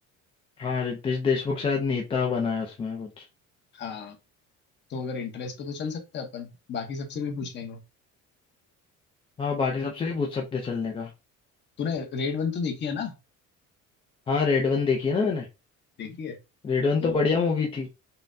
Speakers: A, on the left; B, on the left.
A: हाँ रितेश देशमुख शायद नेता बना है उसमें कुछ
B: हाँ तो अगर इंटरेस्ट हो तो चल सकते हैं अपन बाकी सबसे भी पूछ लेंगे
A: हाँ बाकी सबसे भी पूछ सकते हैं चलने का
B: तूने रेड वन तो देखी है ना
A: हाँ रेड वन देखी है ना मैंने
B: देखी है
A: रेड वन
B: तो
A: तो बढ़िया मूवी थी